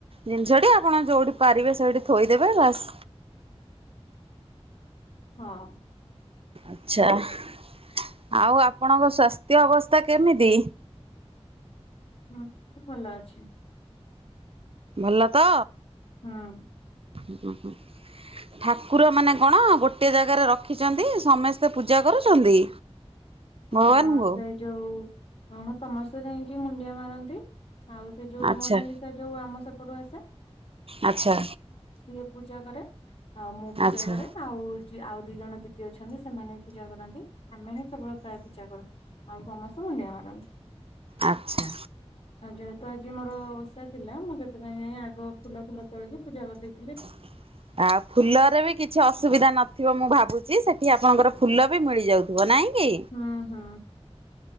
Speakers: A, on the right; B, on the left.
A: ଜିନିଷଟି ଆପଣ ଯୋଉଠି ପାରିବେ ସେଇଠି ଥୋଇଦେବେ ବାସ।
B: ହଁ।
A: ଆଛା ଆଉ ଆପଣଙ୍କ ସ୍ୱାସ୍ଥ୍ୟ ଅବସ୍ଥା କେମିତି?
B: ହଁ ମୁ ଭଲ ଅଛି।
A: ଭଲ ତ।
B: ହଁ।
A: ହଁ ହଁ। ଠାକୁର ମାନେ କଣ ଗୋଟେ ଜାଗାରେ ରଖିଛନ୍ତି ସମସ୍ତେ ପୂଜା କରୁଛନ୍ତି?
B: <inaudible> ହଁ
A: ଭଗବାନଙ୍କୁ
B: ସେଇ ଯୋଉହଁ ହଁ ସମସ୍ତେ ଯାଇକି ମୁଣ୍ଡିଆ ମାରନ୍ତି ଆଉ ସେ ଯୋଉ
A: ଆଚ୍ଛା
B: ମୋନାଲିସା ଯୋଉ ଆମ ସେପଟୁ ଆସେ
A: ଆଚ୍ଛା
B: ସିଏ ପୂଜା କରେ। ଆଉ ମୁଁ ପୂଜା
A: ଆଚ୍ଛା
B: କରେ ଆଉ ଆଉ ଦି ଜଣ ଦିଦି ଅଛନ୍ତି ସେମାନେ ବି ପୂଜା କରନ୍ତି। ଆମେ ହିଁ କେବଳ ପ୍ରାୟ ପୂଜା କରୁ ଆଉ ସମସ୍ତେ ମୁଣ୍ଡିଆ ମାରନ୍ତି।
A: ଆଚ୍ଛା।
B: ହଁ ଯେହେତୁ ଆଜି ମୋର ଓଷା ଥିଲା ମୁଁ ସେଥିପାଇଁ ଯାଇ ଆଗ ଫୁଲ ଫୁଲ ତୋଳିକି ପୂଜା କରିଦେଇଛି।
A: <inaudible> ଆଉ ଫୁଲରେ ବି କିଛି ଅସୁବିଧା ନଥିବ ମୁଁ ଭାବୁଛି ସେଠି ଆପଣଙ୍କର ଫୁଲ ବି ମିଳିଯାଉଛି। ପୁଅ ନାହିଁ କି?
B: ହୁଁ ହୁଁ